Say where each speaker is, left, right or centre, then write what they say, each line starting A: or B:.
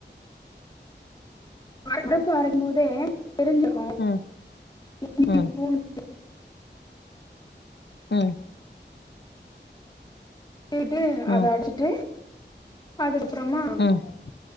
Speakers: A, on the left; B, on the left.
A: பருப்பு அரைக்கு போதே பிரிஞ்சிக்கோ
B: ம்
A: <unintelligible>
B: ம் ம்
A: கீழிட்டு
B: ம்
A: அத அடிச்சிட்டு அது அப்றமா
B: ம்